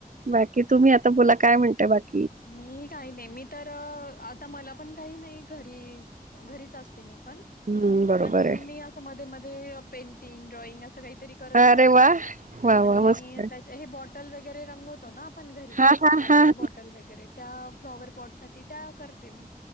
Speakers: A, on the right (about 55°); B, on the left (about 65°).
A: बाकी तुम्ही आता बोला काय म्हणताय बाकी
B: मी काही नाही मी तर आता मला पण काही नाही घरी घरीच अस ते मी पण.
A: हम्म, बरोबर
B: पण
A: आहे.
B: मी अस मध्ये-मध्ये पेंटिंग, ड्रॉइंग अस काही त काही तरी करत
A: अरे
B: राहते.
A: वाह! वाह!
B: आणि
A: वाह! मस्त.
B: त्याच्या ही <unintelligible> बॉटल वगैरे रंगवतो ना आपण घरी
A: हां, हां,
B: काचेच्या
A: हां.
B: बॉटल वगैरे त्या फ्लॉवर पॉट साठी त्या करते मी